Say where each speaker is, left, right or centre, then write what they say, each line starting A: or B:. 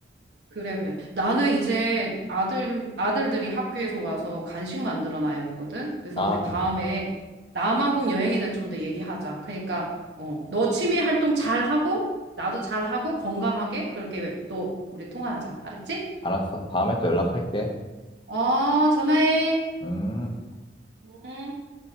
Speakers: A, on the right (about 75°); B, on the left (about 30°).
A: 그래, 그래. 나는 이제 아들, 아들들이 학교에서 와서 간식 만들어 놔야 되거든. 그래서
B: 아,
A: 우리
B: 그래.
A: 다음에 남아공 여행에 대해 좀 더 얘기하자. 그러니까, 어, 너 취미 활동 잘하고, 나도 잘하고, 건강하게 그렇게 또 우리 통화하자. 알았지?
B: 알았어. 다음에 또 연락할게.
A: 어, 전화해.
B: 음.
A: 응.